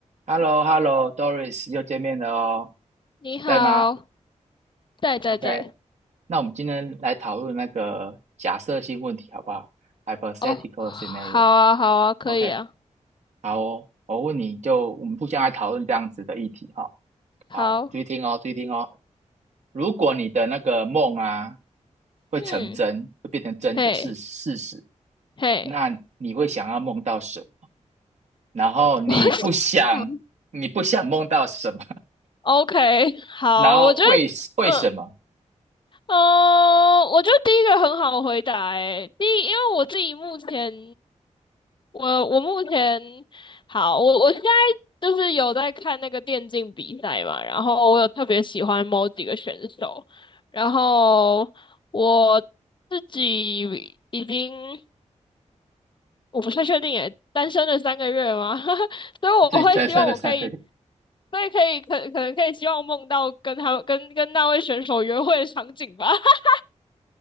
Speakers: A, on the right; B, on the left.
A: h e l l o h e l l o d o r i s 又见面了哦，
B: 你好，
A: 在吗
B: 在在在，
A: ？OK，那我们今天来讨论那个假设性问题，好不好？Hypothetical
B: 哦，好啊，
A: scenario。
B: 好啊，可以啊，
A: OK，好哦，我问你就我们互相来讨论这样子的议题哈、
B: 好，
A: 好，注意听哦，注意听哦。如果你的那个梦啊会成真，
B: 嗯，
A: 会变成真的事事实，
B: 嘿，嘿，
A: 那你会想要梦到什么？然后你不想，
B: <laughs> 我想
A: 你不想梦到什么？
B: ，OK，
A: <laughs>
B: 好，
A: 然后为为什么？
B: 我觉得，嗯，哦，我觉得第一个很好回答，诶，第一，因为我自己目前，我我目前，好，我我现在就是有在看那个电竞比赛嘛，然后我有特别喜欢某几个选手，然后我自己已经。我不太确定耶，单身了三个月吗？<laughs> 所以我会希望我可以，
A: 自己再生的三颗，
B: 所以可以可可能可以希望梦到跟他跟跟那位选手约会的场景吧，<laughs>